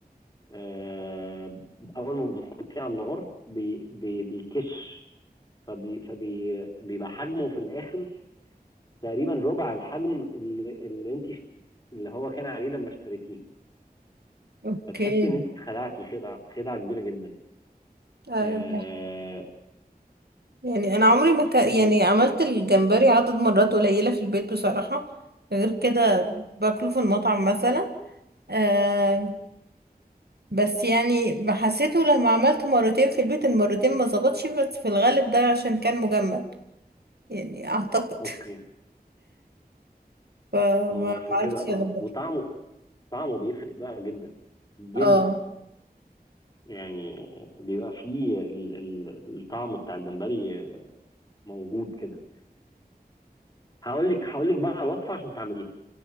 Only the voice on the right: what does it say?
اوكي
آه،
يعني انا عمري ما ك... يعني
عملت الجمبري عدد مرات قليله في البيت بصراحه غير كده باكله في المطعم مثلا آه بس يعني حسيته لما عملته مرتين في البيت المرتين ما ظبطش بس في الغالب ده عشان كان مجمد يعني اعتقد
<laughs> فما
عرفتش
اظبطه
اه